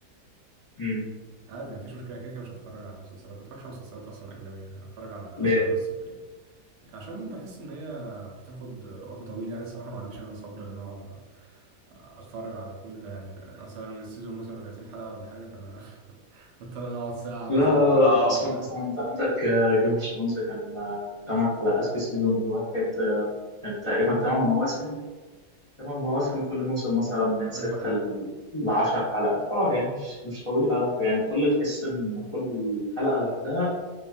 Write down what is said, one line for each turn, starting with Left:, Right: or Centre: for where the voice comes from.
Left: مم.
Right: عادي مفيش مشكله كده كده مش هتفرج على مسلسلات ما بتفرجش على مسلسلات اصلا اجنبي يعني هتفرج على
Left: ليه؟
Right: افلام بس تقريبا عشان بحس ان هي بتاخد وقت طويل يعني الصراحه ما عنديش انا صبر ان انا اقعد اتفرج على كل ده يعني مثلا السيزون مثلا بيبقى 30 حلقه ولا حاجه فانا <laughs> بضطر ان اقعد ساعه
Left: لا
Right: مثلا
Left: لا
Right: قدام
Left: لا لا
Right: كل
Left: أصلا
Right: حلقه
Left: مثلا أنت عندك جيم اوف ثرونز كان آه، تمن حلقات في سيزون الواحد آه، كان تقريبا تمن مواسم تمن مواسم كل موسم مثلا من
Right: 40
Left: ستة
Right: حلقه
Left: ل- لعشر حلقات اه يعني مش مش طويلة يعني كل تحس إن كل حلقة لوحدها